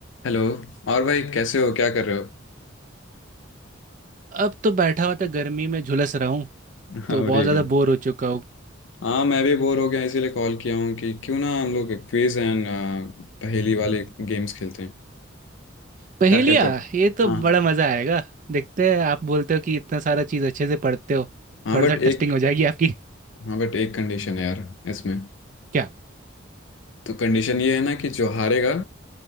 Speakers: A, on the left (about 70°); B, on the right (about 40°).
A: Hello और भाई कैसे हो क्या कर रहे हो
B: अब तो बैठा हुआ था गर्मी में झुलस रहा हूँ
A: <laughs>
B: तो बहुत
A: अरे
B: ज्यादा
A: भाई
B: बोर हो चुका हूँ
A: हाँ मैं भी बोर हो गया इसीलिए कॉल किया हूँ कि क्यों ना हम लोग क्विज एंड पहेली वाले गेम्स खेलते हैं
B: पहेलियाँ
A: क्या कहते हो
B: ये तो बड़ा
A: हाँ
B: मजा आएगा देखते हैं आप बोलते हो कि इतना सारा चीज अच्छे से पढ़ते हो
A: हाँ
B: थोड़ा
A: बट
B: सा टेस्टिंग
A: एक
B: हो जाएगी आपकी
A: हाँ बट एक कंडीशन है यार इसमें
B: क्या
A: तो कंडीशन ये है ना कि जो हारेगा